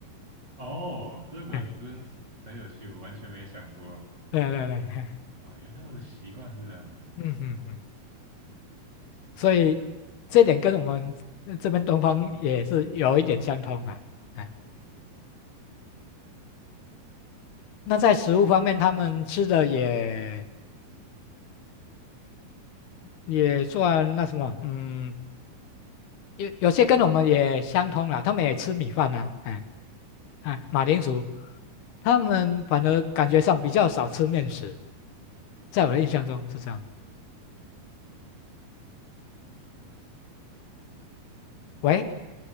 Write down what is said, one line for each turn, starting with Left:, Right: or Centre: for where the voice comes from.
Right: 哦，这个真是很有趣，
Left: 哎，
Right: 我完全没想过
Left: 对对对，嘿
Right: 啊，原来他们的习惯是这样子。
Left: 嗯嗯嗯。所以这点跟我们这边东方也是有一点相通啦。哎，那在食物方面，他们吃的也也算那什么，嗯，有有些跟我们也相通啦，他们也吃米饭呐、哎，啊，马铃薯，他们反而感觉上比较少吃面食，在我的印象中是这样。喂，